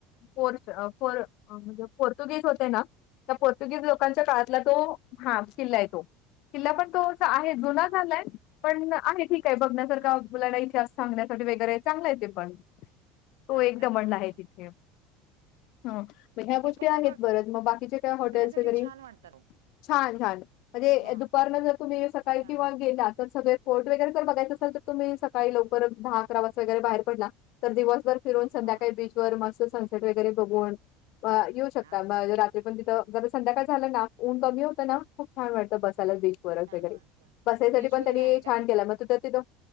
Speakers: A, on the left; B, on the right.
A: पोर्ट अ पोर म्हणजे पोर्तुगिस होते ना त्या पोर्तुगीज लोकांच्या काळातला तो हा किल्ला आहे तो. किल्ला पण तोच आहे जुना
B: हां,
A: झालाय पण आहे ठीक आहे बघण्यासारखं
B: हां,
A: मुलांना इतिहास सांगण्यासाठी वगैरे चांगलं आहे ते पण तो
B: चांगलं
A: एक दमणला
B: हां,
A: आहे
B: हां,
A: तिथे. हां ह्या गोष्टी
B: हे पॉइंट
A: आहेत बरं मग बाकीचे काय हॉटेल्स
B: बघण्यासाठी
A: वगैरे
B: छान वाटतात ओ.
A: छान-छान म्हणजे
B: हां,
A: दुपारला जर तुम्ही सकाळी
B: छान.
A: किंवा ते जातात सगळे कोर्ट वगैरे जर बघायं असेल तर तुम्ही सकाळी लवकर दहा अकरा वाजता वगैरे
B: हां,
A: बाहेर पडला तर दिवसभर फिरून संध्याकाळी
B: हां,
A: बीच वर मस्त सनसेट वगैरे बघून आं येऊ शकता
B: हां, हां,
A: मग रात्री पण तिथं जर संध्याकाळ झालं ना ऊन कमी होतं
B: हां,
A: ना खूप छान वाटतं बसायला बीच वरच
B: छान
A: वगैरे
B: वाटतं.
A: बसायसाठी
B: बीच
A: पण
B: वगैरे
A: त्यांनी
B: आहे का
A: छान
B: तिथं?
A: केला मग तो त्या तिथं